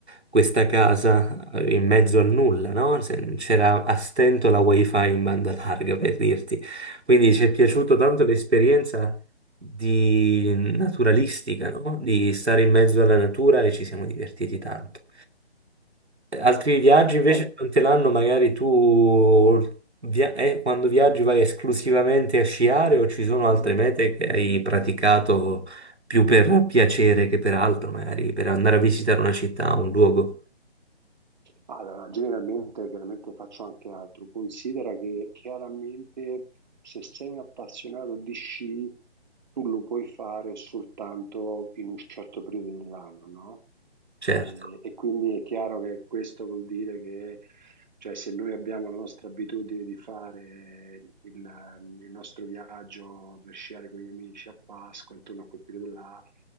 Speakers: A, on the right (about 85°); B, on the right (about 45°).
A: questa casa eh, in mezzo al nulla, no? Se- C'era a stento la wifi in banda larga per dirti. Quindi ci è piaciuta tanto l'esperienza di naturalistica, no? Di stare in mezzo alla natura e ci siamo divertiti tanto. Altri viaggi invece
B: Guarda,
A: durante l'anno, magari tu via- eh, quando viaggi vai esclusivamente a sciare o ci sono altre mete che hai praticato più per piacere che per altro, magari per andare a visitare una città, un luogo?
B: Allora, generalmente chiaramente faccio anche altro. Considera che chiaramente se sei un appassionato di sci, tu lo puoi fare soltanto in un certo periodo dell'anno, no?
A: Certo,
B: E, e quindi è chiaro che questo vuol dire che, cioè, se noi abbiamo la nostra abitudine di fare il, il nostro viaggio per sciare con gli amici a Pasqua, intorno a quel periodo là,